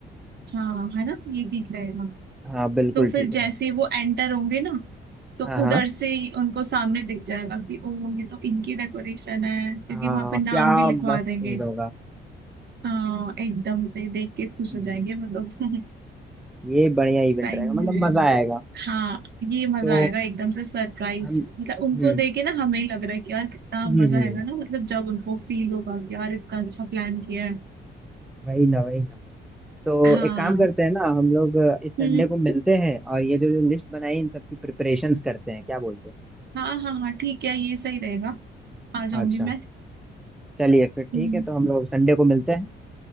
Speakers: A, on the right; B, in the centre.
A: हाँ है ना ये ठीक रहेगा
B: हाँ बिल्कुल
A: तो फिर
B: ठीक रहेगा
A: जैसे ही वो एंटर होंगे ना तो
B: हाँ हाँ
A: उधर से ही उनको सामने दिख जाएगा कि ओ ये तो इनकी डेकोरेशन है क्योंकि
B: हाँ
A: वहां पे नाम
B: क्या
A: भी लिखवा
B: मस्त
A: देंगे
B: सीन होगा
A: हाँ एकदम से देख के खुश हो जाएंगे
B: जी।
A: वो तो <laughs>
B: ये बढ़िया
A: सही
B: इवेंट रहेगा
A: में
B: मतलब मजा आएगा
A: हाँ ये मजा
B: तो
A: आएगा एकदम से सरप्राइज
B: हम
A: मतलब उनको
B: हम्म
A: देख के ना हमें ही लग रहा है कि यार कितना
B: हम्म
A: मजा
B: हम्म,
A: आएगा ना मतलब जब उनको फील होगा कि यार इतना अच्छा प्लान किया है
B: वही ना वही ना तो
A: हाँ
B: एक काम करते हैं ना हम लोग अ, इस संडे
A: हम्म
B: को मिलते हैं और ये जो जो लिस्ट बनाई इन सब की प्रिपरेशंस करते हैं क्या बोलते हो
A: हाँ हाँ हाँ ठीक है ये सही रहेगा आ जाऊंगी
B: अच्छा
A: मैं
B: चलिए फिर ठीक
A: हम्म
B: है तो हम लोग संडे को मिलते हैं